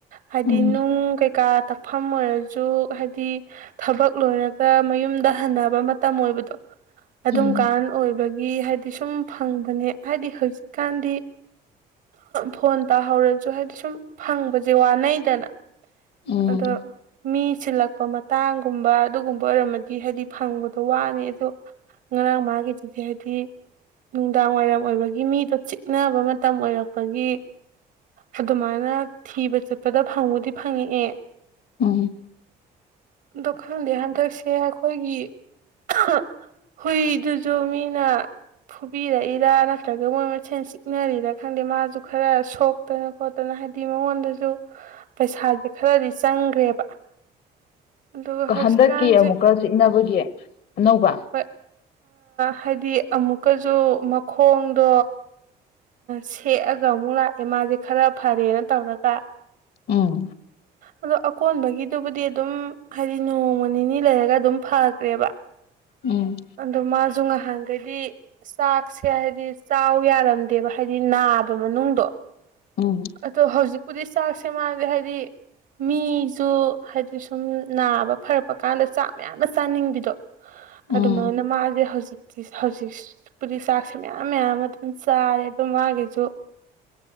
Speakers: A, on the right; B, on the left.
A: ꯍꯥꯏꯗꯤꯅꯅꯨꯡ
B: ꯎꯝ
A: ꯀꯩꯀꯥ ꯇꯐꯝ ꯑꯣꯏꯔꯁꯨ ꯁꯨ ꯍꯥꯏꯗꯤ ꯊꯕꯛ ꯂꯣꯏꯔꯒ ꯃꯌꯨꯝꯗ ꯍꯟꯅꯕ ꯃꯇꯝ ꯑꯣꯏꯕꯗꯣ ꯑꯗꯨꯝ
B: ꯎꯝ
A: ꯀꯥꯟ ꯑꯣꯏꯕꯒꯤ ꯒꯤ ꯍꯥꯏꯗꯤ ꯁꯨꯝ ꯐꯪꯕꯅꯦ ꯍꯥꯏꯗꯤ ꯍꯧꯖꯤꯛꯀꯥꯟꯗꯤ ꯐꯣꯟ ꯇꯥꯍꯧꯔꯁꯨ ꯍꯥꯏꯗꯤ ꯁꯨꯝ ꯐꯪꯕꯁꯦ ꯋꯥꯅꯩꯗꯅ
B: ꯎꯝ
A: ꯑꯗ ꯁꯤꯜꯂꯛꯄ ꯃꯇꯥꯡꯒꯨꯝꯕ ꯑꯗꯨꯒꯨꯝꯕ ꯑꯣꯏꯔꯝꯃꯗꯤ ꯍꯥꯏꯗꯤ ꯐꯪꯕꯗꯣ ꯋꯥꯅꯤ ꯑꯗꯣ ꯉꯔꯥꯡ ꯃꯥꯒꯤꯗꯨꯗꯤ ꯍꯥꯏꯗꯤ ꯅꯨꯡꯗꯥꯡ ꯋꯥꯏꯔꯝ ꯑꯣꯏꯕꯒꯤ ꯃꯤꯗꯣ ꯆꯤꯛꯅꯕ ꯃꯇꯝ ꯑꯣꯏꯔꯛꯄꯒꯤ ꯑꯗꯨꯃꯥꯏꯅ ꯊꯤꯕ ꯆꯠꯄꯗ ꯐꯪꯕꯨꯗꯤ ꯐꯪꯉꯛꯑꯦ
B: ꯎꯝ
A: ꯑꯣ ꯈꯪꯗꯦ ꯍꯟꯗꯛꯁꯦ ꯑꯩꯈꯣꯏꯒꯤ ꯑ ꯍꯨꯏꯗꯨꯁꯨ ꯃꯤꯅ ꯐꯨꯕꯤꯔꯛꯏꯔꯥ ꯅꯠꯇ꯭ꯔꯒ ꯃꯣꯏ ꯃꯁꯦꯟ ꯆꯤꯛꯅꯔꯤꯔꯥ ꯈꯪꯗꯦ ꯃꯥꯁꯨ ꯈꯔ ꯁꯣꯛꯇꯅ ꯈꯣꯠꯇꯅ ꯍꯥꯏꯗꯤ ꯃꯉꯣꯟꯗꯁꯨ ꯄꯩꯁꯥꯁꯦ ꯈꯔꯗꯤ ꯆꯪꯈ꯭ꯔꯦꯕ ꯑꯗꯨꯒ ꯍꯧꯖꯤꯛꯀꯥꯟꯁꯦ
B: ꯍꯟꯗꯛꯀꯤ ꯑꯃꯨꯛꯀ ꯆꯤꯛꯅꯕꯒꯤ ꯑꯅꯧꯕ
A: ꯍꯣꯏ ꯍꯥꯏꯗꯤ ꯑꯃꯨꯛꯀꯁꯨ ꯃꯈꯣꯡꯗꯣ ꯁꯦꯠꯑꯒ ꯑꯃꯨꯛ ꯂꯥꯛꯑꯦ ꯃꯥꯁꯦ ꯈꯔ ꯐꯔꯦꯅ ꯇꯧꯔꯒ
B: ꯎꯝ
A: ꯑꯗꯣ ꯑꯀꯣꯟꯕꯒꯤ ꯑꯗꯨꯕꯨꯗꯤ ꯑꯗꯨꯝ ꯍꯥꯏꯗꯤ ꯅꯣꯡꯃ ꯅꯤꯅꯤ ꯂꯩꯔꯒ ꯑꯗꯨꯝ ꯐꯈ꯭ꯔꯦꯕ
B: ꯎꯝ
A: ꯑꯗꯨꯗꯣ ꯃꯥꯖꯣ ꯑꯍꯥꯡꯈꯩ ꯑꯗꯨ ꯆꯥꯛꯁꯦ ꯍꯥꯏꯗꯤ ꯆꯥꯎ ꯌꯥꯔꯒ ꯈꯗꯦꯕ ꯍꯥꯏꯗꯤ ꯅꯥꯕ ꯃꯅꯨꯡꯗꯣ
B: ꯎꯝ
A: ꯑꯗꯣ ꯍꯧꯖꯤꯛꯄꯨꯗꯤ ꯆꯥꯛꯁꯦ ꯃꯥꯁꯦ ꯍꯥꯏꯗꯤ ꯃꯤꯁꯨ ꯍꯥꯏꯗꯤ ꯁꯨꯝ ꯅꯥꯕ ꯐꯔꯛꯄ ꯀꯥꯟꯗ ꯆꯥꯛ ꯃꯌꯥꯝꯅ ꯆꯥꯅꯤꯡꯕꯤꯗꯣ
B: ꯎꯝ
A: ꯑꯗꯨꯃꯥꯏꯅ ꯃꯥꯁꯦ ꯍꯧꯖꯤꯛꯇꯤ ꯍꯧꯖꯤꯛꯄꯨꯗꯤ ꯆꯥꯛꯁꯦ ꯃꯌꯥꯝ ꯃꯌꯥꯝ ꯑꯃ ꯑꯗꯨꯝ ꯆꯥꯔꯦ ꯑꯗ ꯃꯥꯒꯤꯁꯨ